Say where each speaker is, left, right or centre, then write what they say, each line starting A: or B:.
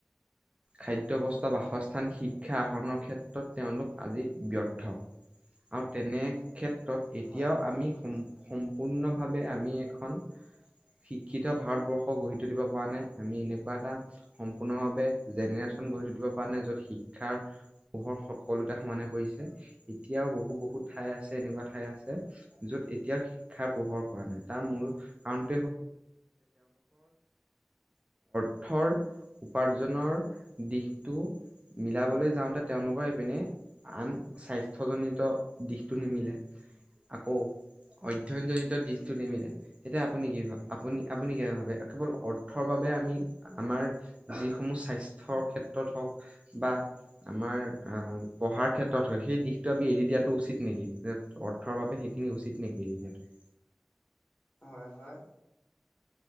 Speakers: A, on the right; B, on the left.
A: খাদ্য, বস্থ, বাসস্থান শিক্ষা আহৰণৰ ক্ষেত। ক্ষেত্ৰত তেওঁলোক আজি ব্যৰ্থ, আৰু তেনে ক্ষে। এতিয়াও
B: হয় হয়
A: আমি সম্ সম্পূৰ্ণভাৱে আমি এখন। শিক্ষিত ভাৰতবৰ্ষ গঢ়ি তুলিব পৰা নাই। আমি এনেকুৱা এটা সম্পূৰ্ণভাৱে, জেনেৰেশ্যন গঢ়ি তুলিব পৰা নাই যত, শিক্ষাৰ পোহৰ সকলোতে সমানে পৰিছে। এতিয়াও বহু বহুত ঠাই আছে এনেকুৱা ঠাই আছে, যত এতিয়াও শিক্ষাৰ পোহৰ পৰা নাই, তাৰ মূল কাৰণ। অৰ্থৰ উপাৰ্জৰ দিশটো মিলাবলৈ যাওঁতে তেওঁলোকৰ ইপিনে, আন স্বাস্থ্যজনিত দিশটো নিমিলে, আকৌ অধ্যয়ন জৰিত দিশটো
B: হয়
A: নিমিলে।
B: হয়
A: এতিয়া কি <unintelligible> আপুনি -আপুনি কি ভাবে কেৱল অৰ্থৰ বাবে আমি আমাৰ যিসমূহ স্বাস্থ্যৰ ক্ষেত্ৰত হওক বা আমাৰ পঢ়াৰ ক্ষেত্ৰত হওক সেই দিশটো আমি এৰি দিয়াটো উচিত নেকি অৰ্থৰ বাবে সেইখিনি উচিত নেকি এৰি দিয়া?
B: হয় -হয়